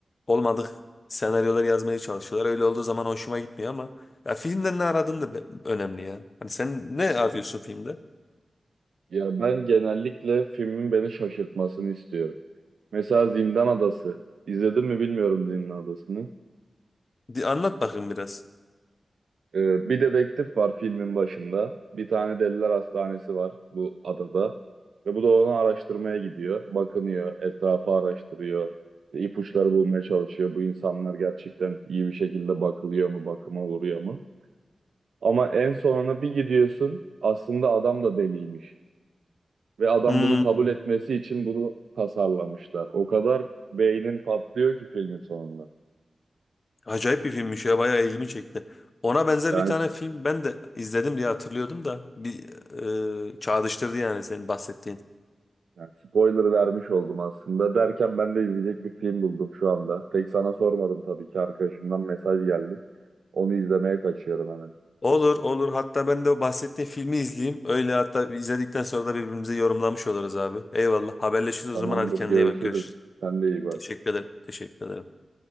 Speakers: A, on the left (about 35°); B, on the right (about 85°).
A: olmadık senaryolar yazmaya çalışıyorlar. Öyle olduğu zaman hoşuma gitmiyor ama ya filmden ne aradığın da be- önemli ya. Hani sen ne arıyorsun filmde?
B: Ya ben genellikle filmin beni şaşırtmasını istiyorum. Mesela Zindan Adası. İzledin mi bilmiyorum Zindan Adası'nı.
A: Di- anlat bakayım biraz.
B: Ee, bir dedektif var filmin başında. Bir tane deliler hastanesi var bu adada. Ve bu da onu araştırmaya gidiyor. Bakınıyor, etrafı araştırıyor. İşte ipuçları bulmaya çalışıyor. Bu insanlar gerçekten iyi bir şekilde bakılıyor mu, bakıma uğruyor mu? Ama en sonuna bir gidiyorsun aslında adam da deliymiş. Ve adam
A: Hmm.
B: bunu kabul etmesi için bunu tasarlamışlar. O kadar beynin patlıyor ki filmin sonunda.
A: Acayip bir filmmiş ya bayağı ilgimi çekti. Ona benzer
B: Yani,
A: bir tane film ben de izledim diye hatırlıyordum da bir e, çağrıştırdı yani senin bahsettiğin.
B: yani spoiler vermiş oldum aslında. Derken ben de izleyecek bir film buldum şu anda. Tek sana sormadım tabii ki arkadaşımdan mesaj geldi. Onu izlemeye kaçıyorum hemen.
A: Olur olur hatta ben de o bahsettiğin filmi izleyeyim. Öyle hatta izledikten sonra da birbirimize yorumlamış oluruz abi. Eyvallah haberleşiriz o
B: Tamamdır
A: zaman hadi kendine
B: görüşürüz.
A: iyi bak görüşürüz.
B: Sen de iyi bak.
A: Teşekkür ederim. Teşekkür ederim.